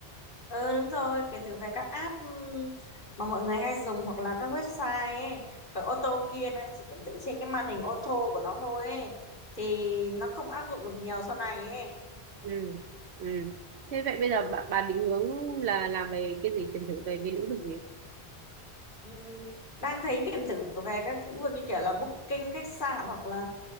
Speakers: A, on the left (about 50°); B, on the right (about 75°).
A: Ừ đúng rồi, quyền thử về các app ừm, mà mọi người hay dùng hoặc là các website ấy. Còn ô tô kia nó chỉ kiểm thử trên cái màn hình ô tô của nó thôi ấy. Thì nó không áp dụng được nhiều sau này ấy.
B: Ừ. Ừ. Thế vậy bây giờ bà, bà định hướng là làm về cái gì kiểm thử về cái lĩnh vực gì?
A: Ừ, đang thấy kiểm thử về các lĩnh vực như kiểu là booking khách sạn hoặc là